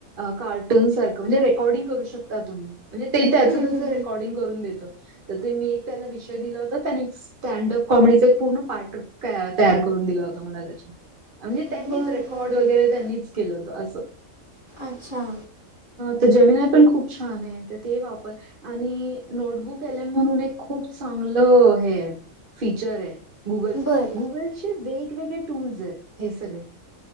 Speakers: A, on the right (about 40°); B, on the left (about 35°).
A: कार्टून सारखं म्हणजे रेकॉर्डिंग करू शकता तुम्ही म्हणजे ते त्याच
B: हम्म
A: त्याच
B: हम्म
A: रेकॉर्डिंग करून देत तर ते मी एक त्याला विषय दिला होता त्यानीच स्टँडअप कॉमेडीचा एक पूर्ण पार्ट तयार करून दिला होत मला तेच्यात म्हणजे
B: हम्म
A: त्यांनीच
B: बर
A: रेकॉर्ड
B: बर
A: वगरे
B: बर
A: त्यांनीच केलं होतं आस
B: अच्छा.
A: ते जेमिनाय पण खूप छानाय त ते वापर आणि नोटबुक एल्म केल्या म्हणून एक खूप चांगलं हे हाय फीचराय गुगलच
B: बर
A: गुगलचे वेगवेगळे टूल्स हायत हे सगळे